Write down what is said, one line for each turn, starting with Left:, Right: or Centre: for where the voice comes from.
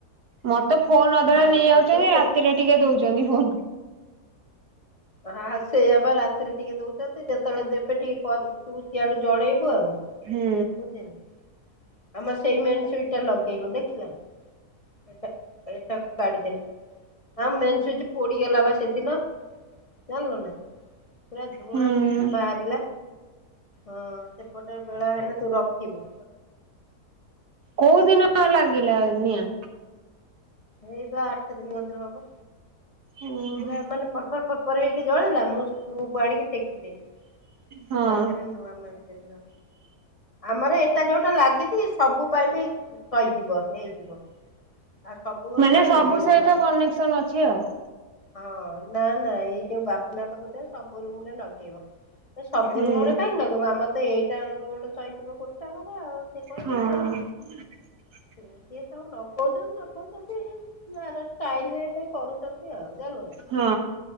Right: ମତେ ତ ଫୋନ ଅଧା
Left: ହଁ
Right: ନେଇ ଯାଉଛନ୍ତି
Left: ତୁ ସେ
Right: ରାତିରେ ଟିକେ ଦଉଛନ୍ତି ଫୋନ।
Left: ହଁ ସେଇ ହେବା ରାତିରେ ଟିକେ ଦଉଛନ୍ତି ଯେତେବେଳେ ଦେବେ ଟିକେ ତୁ ସିଆଡୁ ଜଣେଇବୁ ଆଉ।
Right: ହୁଁ।
Left: ବୁଝିଲୁ। ଆମର ସେଇ ମେନ୍ ସୁଇଜିଟା ଲଗେଇନୁ ଦେଖିଲନା? ଏଟା ଏଟାକୁ କାଢିଦେନି ମେନ୍ ସୁଚ ପୋଡିଗଲା ବା ସେଦିନ। ଜାଣିଲୁ ନା ପୁରା ଧୂଆଁ
Right: ହୁଁ
Left: ନିଆଁ ବାହାରିଲା। ହଁ ସେପଟେ ବେଳ ହେନେ ତୁ ରଖିବୁଁ।
Right: କୋଉ ଦିନ ଲାଗିଲା ନିଆଁ?
Left: ଏଇ ବା ଆଠ ଦିନ ଅନ୍ତର ହବ
Right: ଓହୋ
Left: ପୁରା ମାନେ ପୁର ହେଇକି ଜଳିଲା ମୁଁ ସ୍ତୁକୁ ଆଣିକି ଟେକିଦେଲି।
Right: ହଁ
Left: ତାପରେ ନୂଆ ମାତିିଲ ଆମର ଏଟା ଯୋଉଟା ଲାଗିଛି ସବୁ ପାଇଁ ବି ସହିଯିବ ହେଇଯିବ ଆଉ ସବୁ ଘରେ
Right: ମାନେ
Left: କାହିଁ
Right: ସବୁ
Left: ଲଗେଇମି
Right: ସହିତ
Left: ଗୋଟେ
Right: କନେକ୍ସନ ଅଛି ଆଉ।
Left: ହଁ ନା ନାଇଁ। ଏଇ ଯୋଉ ବାପୁ ନା ପାଖକୁ ସବୁ ରୁମ ରେ ଲଗେଇବ ଏ ସବୁ
Right: ହୁଁ
Left: ରୁମ ରେ କାଇହିଁ ଲଗେଇବ ଆମର ତ ଏଇ ରୋଡ ସହିଯିବ ଗୋଟେ ଘର ଆଉ ସେ କହିଲେ
Right: ହଁ
Left: ଆଉ।
Right: <inaudible>
Left: ଟ ସବୁ ନଗଉଛନ୍ତି ନଗଉଛନ୍ତି ଷ୍ଟାଇଲରେ କରୁଛନ୍ତି ଆଉ ଜାଣିଲୁ
Right: ହଁ।